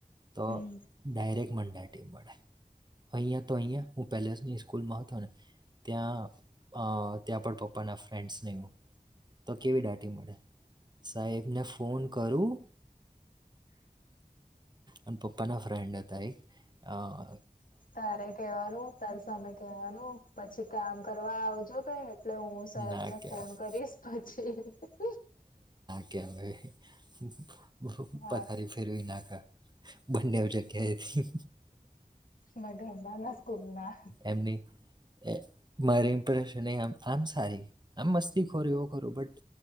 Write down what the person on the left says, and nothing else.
હમ
તારે કેવાનું તાર સામે કેવાનું પછી કામ કરવા આવજો કઈ. એટલે હું સાહેબને
ફોન કરીશ પછી <unintelligible>
હા
મધ અબા ના સ્કૂલ ના.